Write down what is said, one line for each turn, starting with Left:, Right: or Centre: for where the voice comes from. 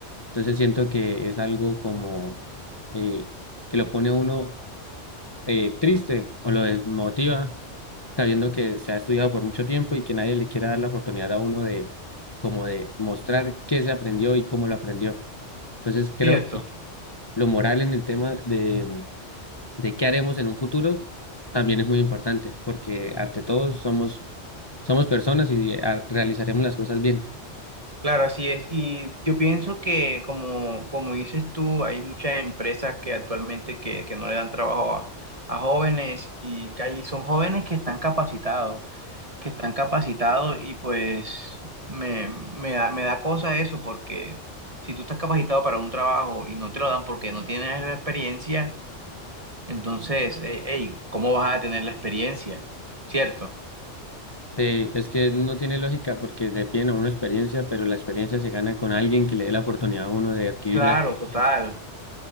Left: Entonces siento que es algo como eh, que lo pone a uno eh, triste o lo desmotiva, sabiendo que se ha estudiado por mucho tiempo y que nadie le quiera dar la oportunidad a uno de como de mostrar qué se aprendió y cómo lo aprendió. Entonces creo
Right: Cierto.
Left: que lo moral en el tema de, de qué haremos en un futuro también es muy importante, porque ante todo somos, somos personas y eh, realizaremos las cosas bien.
Right: Claro, así es. Y yo pienso que, como, como dices tú, hay muchas empresas que actualmente que, que no le dan trabajo a, a jóvenes y que ahí son jóvenes que están capacitados, que están capacitados y pues me, me da, me da cosa eso porque si tú estás capacitado para un trabajo y no te lo dan porque no tienes la experiencia, entonces, eh, hey, ¿cómo vas a tener la experiencia? ¿Cierto?
Left: Sí, es que no tiene lógica porque le piden a uno experiencia, pero la experiencia se gana con alguien que le dé la oportunidad a uno de adquirir
Right: Claro,
Left: la experiencia.
Right: total.